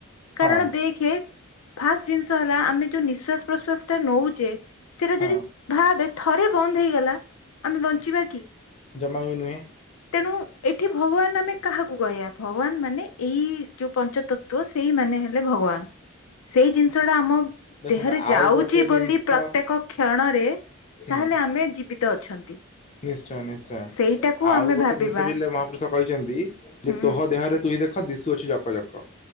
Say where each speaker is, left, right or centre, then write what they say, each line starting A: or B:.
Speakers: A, on the left; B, on the left.
A: କାରଣ
B: ହଁ
A: ଦେଖେ ଫାଷ୍ଟ ଜିନିଷ ହେଲା ଆମେ ଯୋଉ ନିଶ୍ଵାସ ପ୍ରଶ୍ଵାସ ଟା ନେଉଛେ ସେଟା
B: ହଁ
A: ଯଦି ଭାବେ ଥରେ ବନ୍ଦ ହେଇଗଲା ଆମେ ବଞ୍ଚିବା କି?
B: ଜମା ବି ନୁହେଁ।
A: ତେଣୁ ଏଠି ଭଗବାନ ଆମେ କାହାକୁ କହିବା। ଭଗବାନ ମାନେ ଏଇ ଯୋଉ ପଞ୍ଚ ତତ୍ଵ ସେଇ ମାନେ ହେଲେ ଭଗବାନ। ସେଇ ଜିନିଷଟା ଆମ
B: ଦେଖନ୍ତୁ
A: ଦେହରେ ଯାଉଛି
B: ଆଉ ଗୋଟେ ଜିନିଷ
A: ବୋଲି ପ୍ରତ୍ୟେକ କ୍ଷଣରେ
B: ହୁଁ
A: ତାହେଲେ ଆମେ ଯିବିତ ତ ଅଛନ୍ତି।
B: ନିଶ୍ଚୟ ନିଶ୍ଚୟ
A: ସେଇଟାକୁ
B: ଆଉ
A: ଆମେ
B: ଗୋଟେ
A: ଭାବିବା
B: ଜିନିଷ ବି ହେଲେ ମହାପୁରୁଷ କହିଛନ୍ତି
A: ହୁଁ
B: ଯେ ତୋହ ଦେହରେ ତୁହି ଦେଖ ଦିଶୁଅଛି ଜପ ଜାକ